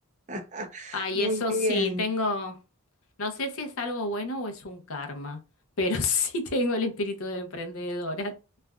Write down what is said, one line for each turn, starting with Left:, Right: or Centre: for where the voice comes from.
Right: <laughs>
Left: Ay,
Right: Muy
Left: eso
Right: bien.
Left: sí, tengo, no sé si es algo bueno o es un karma, pero <laughs> sí tengo el espíritu de emprendedora,